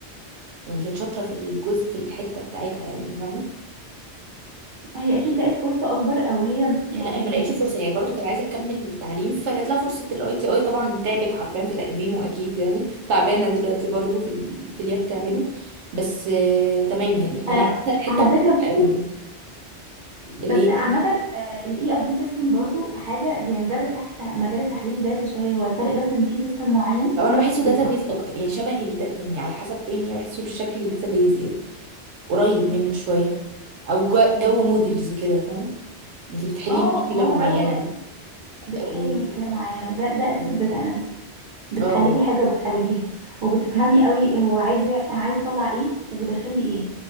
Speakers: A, on the right (about 85°); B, on the right (about 55°).
A: يعني كانت شاطره في الجزء في الحته بتاعتها يعني فاهمه
B: هي اكيد لقت فرصه اكبر او هي يعني
A: لا هي ما
B: كانت
A: لقيتش فرصه هي برضو كانت عايزه تكمل تعليم فجات لها فرصه الاي تي اي طبعا تعبت حرفيا في تقديمه اكيد يعني تعبانه دلوقتي برضو في ال... في اللي هي بتعمله بس آه تمام يعني يعني
B: على
A: حته حته
B: على
A: محترمه
B: فكره برضو
A: قوي يعني اللي
B: بس
A: هي
B: عامه
A: فيه
B: الاي ار بي سيستم برضو حاجه بيندرج تحت تح- مجال التحليل داتا شويه هو الفرق بس ان في سيستم معين
A: او انا بحسه
B: بت...
A: داتابيز اكتر يعني شبه الد... يعني على حسب فهمي يعني بحسه شكل الداتابيز يعني قريب منه شويه او جو, جو موديلز كده فاهمه انت بتحلي
B: اه
A: مشكلة
B: ما هو
A: معينة
B: ده بتحلي
A: و...
B: مشكله معينه وده ده اساس
A: و-
B: الداتا اناليسيس بتحللي
A: اه اه
B: حاجه وبتحلليها وبتفهمي قوي هو عايز انا عايز اطلع ايه وداخل لي ايه